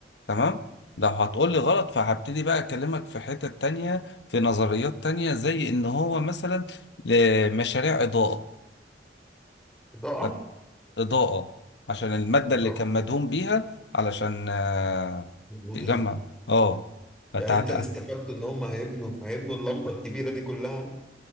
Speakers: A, on the left; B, in the centre.
A: تمام لو هتقول لي غلط فهبتدي بقى أكلمك في حتة تانية في نظريات تانية زي إن هو مثلا لمشاريع إضاءة
B: إضاءة
A: كانت إضاءة عشان المادة
B: إضاءة
A: اللي كان مدهون بيها علشان آه،
B: مضيئة
A: تجمع اه بتعتقة
B: يعني أنت اللي استفدته إن هم هيبنوا هيبنوا اللمبة الكبيرة دي كلها